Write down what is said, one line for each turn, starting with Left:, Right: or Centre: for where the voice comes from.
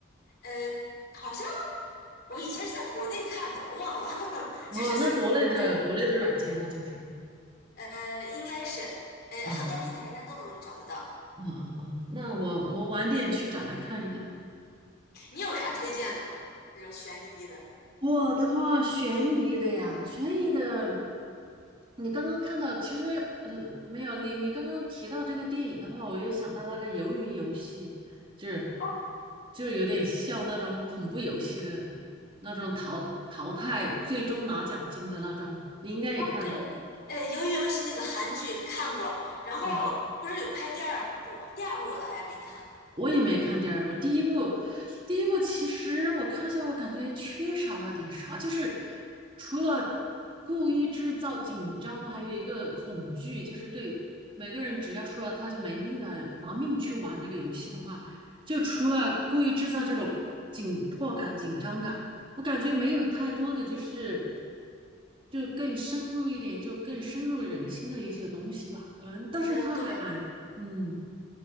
Left: 呃，好像我以前是在国内看的，忘了，<laughs>
Right: 哦，
Left: 就是随便下载。
Right: 那国内的国内的软件那就是。
Left: 呃，应该是，呃，
Right: 啊。
Left: 很多平台应该都能找得到。
Right: 嗯嗯嗯，那我我晚点去找来看一下。
Left: 嗯嗯，你有啥推荐的吗？这种悬疑的。
Right: 我的话，悬疑的呀，悬疑的，你刚刚看到，其实呃没有，你你刚刚提到这个电影的话，我又想到那个《鱿鱼游戏》，就是
Left: 哦，
Right: 就有点像那种恐怖游戏的那种淘淘汰，最终拿奖金的那种，你应该也看过。
Left: 对，呃，鱿鱼游戏那个韩剧看过，然后不是有拍第二部吗？
Right: 对
Left: 第二部我倒还没看。
Right: 我也没看第二部，第一部，第一部其实我看下，我感觉缺少了点啥，就是除了故意制造紧张，还有一个恐惧，就是对每个人只要输了他就没命了，拿命去玩这个游戏的话，就除了故意制造这种紧迫感、紧张感，我感觉没有太多的就是就更深入一点，就更深入人心的一些东西吧，可能，但是他还蛮，
Left: 呃，对，
Right: 嗯。